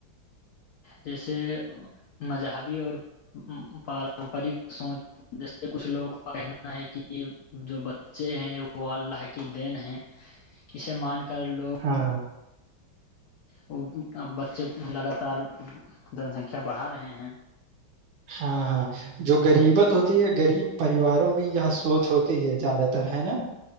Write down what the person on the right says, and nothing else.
ہاں
ہاں ہاں جو غریبت ہوتی ہے غریب پریواروں میں یہ سوچ ہوتی ہے زیادہ تر ہے نا